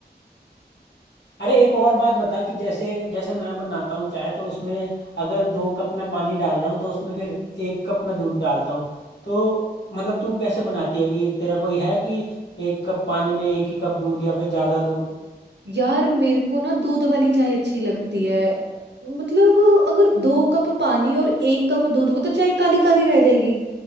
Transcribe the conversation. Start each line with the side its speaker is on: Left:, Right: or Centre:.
Left: अरे एक और बात बता कि जैसे जैसे मैं बनाता हूँ चाय तो उसमें अगर दो कप मैं पानी डाल रहा हूँ तो उसमें फिर एक कप मैं दूध डालता हूँ तो मतलब तू कैसे बनाती है कि तेरा कोई है कि एक कप पानी में एक ही कप दूध या फिर ज़्यादा दूध
Right: यार मेरे को ना दूध वाली चाय अच्छी लगती है मतलब अगर दो कप पानी और एक कप दूध वो तो चाय काली काली रह जाएगी